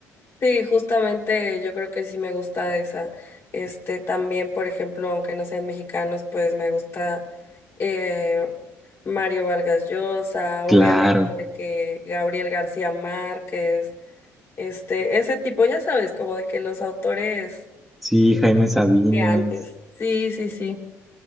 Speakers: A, on the left (about 45°); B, in the centre.
A: Sí, justamente yo creo que sí me gusta esa. Este también, por ejemplo, aunque no sean mexicanos, pues me gusta eh, Mario Vargas Llosa,
B: Claro.
A: obviamente de que Gabriel García Márquez, este, ese tipo, ya sabes, como de que los autores
B: Sí, Jaime Sabines.
A: de antes. Sí, sí, sí.